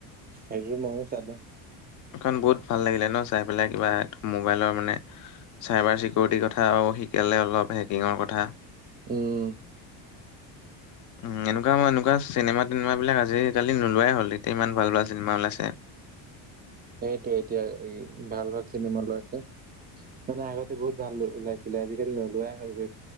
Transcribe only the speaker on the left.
এখন বহুত ভাল লাগিলে ন' চাই পেলাই কিবা মোবাইলৰ মানে চাইবাৰ চিকিউৰিটিৰ কথা শিকালে অলপ হেকিঙৰ কথা
উম <unintelligible> এনেকুৱা চিনেমা তিনেমা বিলাক আজিকালি নোলাই হ'ল এতিয়া ইমান ভাল, ভাল চিনেমা ওলাই আছে।